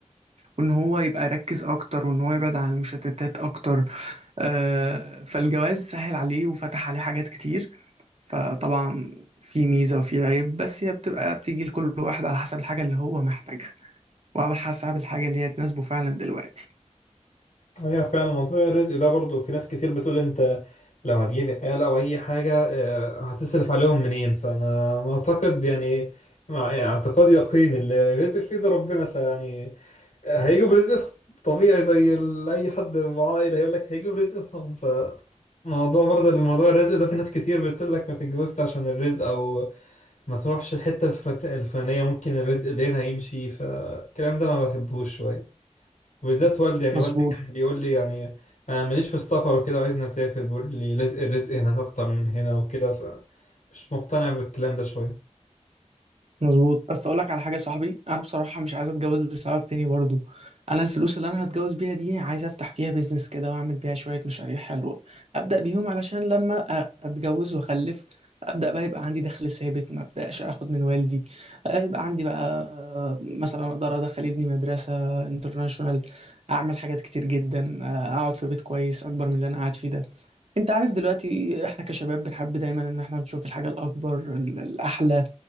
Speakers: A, on the right (about 60°); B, on the left (about 75°).
A: وان هو يبقى يركز اكتر وان هو يبعد عن المشتتات اكتر آه، فالجواز سهل عليه وفتح عليه حاجات كتير فطبعا في ميزة وفي عيب بس هي بتبقى بتيجي لكل واحد على حسب الحاجة اللي هو محتاجها وعلى حسب الحاجة اللي هي تناسبه فعلا دلوقتي
B: هي فعلا موضوع الرزق ده برضه في ناس كتير بتقول انت لو هتجيب آلة او اي حاجة آه، هتصرف عليهم منين فانا معتقد يعني مع يعني اعتقاد يقين اللي الرزق في ايد ربنا فيعني آه، هيجوا برزقهم طبيعي زي ال- اي حد معاه عائلة هيقول لك هيجوا برزقهم ف موضوع <laughs> برضه الموضوع الرزق ده في ناس كتير بتقول لك ما تتجوزش عشان الرزق او ما تروحش الحتة الفلت- الفلانية ممكن الرزق اللي هنا هيمشي فالكلام ده ما بحبوش شوية وبالذات والدي يعني
A: مظبوط
B: والدي كان بيقول لي يعني انا ماليش في السفر وكده وعايزني اسافر بيقول لي رزق الرزق هناك اكتر من هنا وكده ف مش مقتنع بالكلام ده شويه
A: مظبوط بس اقول لك على حاجه يا صاحبي انا بصراحه مش عايز اتجوز لسبب تاني برضو انا الفلوس اللي انا هتجوز بيها دي عايز افتح فيها بيزنس كده واعمل بيها شويه مشاريع حلوه ابدا بيهم علشان لما أ- اتجوز واخلف ابدا بقى يبقى عندي دخل ثابت ما ابداش اخد من والدي آه، يبقى عندي بقى آه، مثلا اقدر ادخل ابني مدرسه انترناشونال اعمل حاجات كتير جدا آه، اقعد في بيت كويس اكبر من اللي انا قاعد فيه ده انت عارف دلوقتي احنا كشباب بنحب دايما ان احنا نشوف الحاجه الاكبر ال- الاحلى